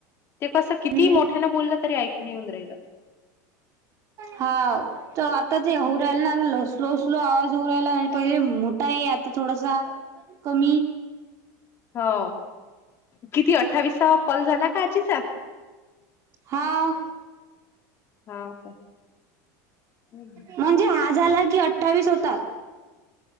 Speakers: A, on the left; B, on the right.
A: ते कस किती
B: हम्म
A: मोठ्याना बोललं तरी ऐकून येेऊन राहिलं
B: हा त आता जे होऊ
A: हं.
B: राहिल ना लस स्लो स्लो आवाज उ रायला पहिजे मोठा आहे आता थोडासा कमी
A: हो किती अठ्ठावीसा कॉल झाला का आजीचा
B: हा
A: हाव काय? हं.
B: म्हणजे हा झाला कि अठ्ठावीस होतात